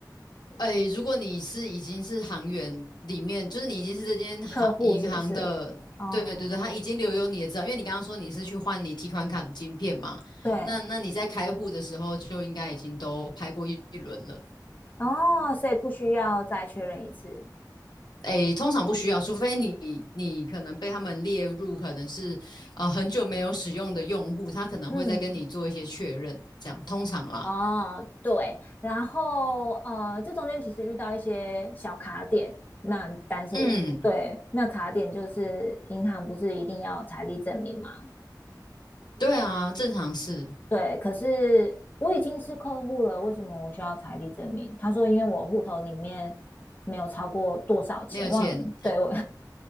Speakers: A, on the left; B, on the left.
A: 哎，如果你是已经是行员里面，就是你已经是这间行银行的，
B: 客户是不是？哦，
A: 对对对，他已经留有你的资料，因为你刚刚说你是去换你提款卡的晶片嘛，
B: 对，
A: 那那你在开户的时候就应该已经都拍过一一轮了。
B: 哦，所以不需要再确认一次。
A: 诶，通常不需要，除非你你可能被他们列入可能是啊、呃很久没有使用的用户，他可能会再跟你做一些确认，
B: 嗯，
A: 这样通常啦。
B: 哦，对，然后呃，这中间其实遇到一些小卡点，那但是我对那卡点就是银行不是一定要财力证明吗？
A: 嗯，对啊，正常是
B: 对，可是我已经是客户了，为什么我需要财力证明？他说因为我户头里面没有超过多少钱，
A: 没有钱，
B: 忘了，对我